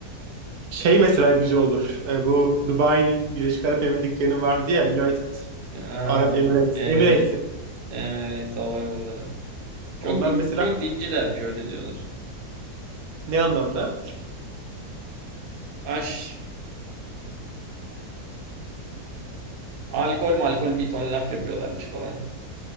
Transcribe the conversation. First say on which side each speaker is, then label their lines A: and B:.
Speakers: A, on the right; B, on the right.
A: Şey mesela güzel olur. E, bu Dubai'nin Birleşik Arap Emirlikleri'nin vardı ya United
B: Aa,
A: Arab Emirates.
B: Emirates.
A: Emirates.
B: Emirates Hava Yolları. Çok
A: Onlar
B: din,
A: mesela
B: çok dincilermiş öyle diyorlar.
A: ne anlamda?
B: Aş, alkol malkol bir ton laf yapıyorlarmış falan.